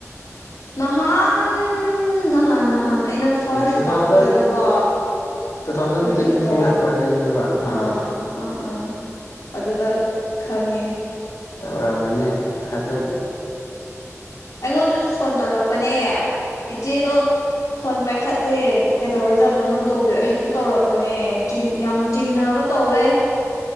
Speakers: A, on the left; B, on the left.
A: ꯅꯍꯥꯟ-ꯅꯍꯥꯟ-ꯅꯍꯥꯟ ꯑꯩꯅ ꯐꯥꯔꯁ
B: ꯇꯨ ꯊꯥꯎꯖꯟ
A: ꯂꯥꯛꯄꯗꯀꯣ
B: ꯇꯨ ꯊꯥꯎꯖꯟ
A: ꯇ꯭ꯋꯦꯟꯇꯤ ꯐꯣꯔꯗ
B: ꯐꯣꯔ ꯋꯥꯔꯤꯅꯦꯕ ꯍꯣꯏ
A: ꯑꯥ ꯑꯥ ꯑꯥ ꯑꯗꯨꯗ ꯈꯪꯉꯦ꯫
B: ꯇꯧꯔꯝꯕꯅꯤ ꯍꯟꯗꯛ
A: ꯑꯩꯉꯣꯟꯗꯁꯨ ꯐꯣꯟ ꯇꯧꯔꯛꯄꯅꯦ꯫ ꯏꯆꯦꯗꯣ ꯐꯣꯟ ꯄꯥꯏꯈꯠꯇꯦ ꯀꯩꯗꯧꯔꯖꯥꯠꯅꯣ ꯅꯪ ꯇꯧꯕꯤꯌꯣ ꯍꯦꯛꯇ ꯇꯧꯔꯛꯄꯅꯦ꯫ ꯆꯤꯡ ꯌꯥꯝ ꯆꯤꯡꯅꯕ ꯇꯧꯋꯦ